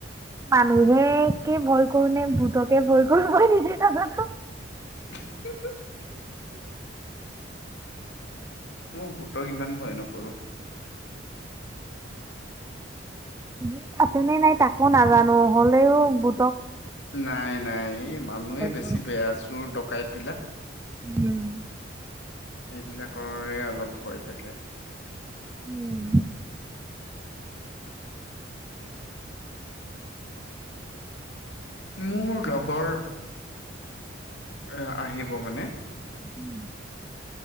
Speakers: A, on the right; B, on the left.
A: মানুহেকে ভয় কৰো নে ভূতকে ভয় কৰোঁ মই নিজে নাজানোঁ
B: <unintelligible> মোৰ ভূতক ইমান ভ'য় নকৰো।
A: ভূত আছেনে নাই তাকো নাজানো। হলেও ভুতক
B: নাই, নাই ই মানুহে বেছি
A: কৰো
B: বেয়া। চোৰ ডকাইত বিলাক
A: উম।
B: সেইবিলাকৰে অলপ ভয় থাকে।
A: উম।
B: মোৰ লগৰ এ আহিব মানে।
A: উম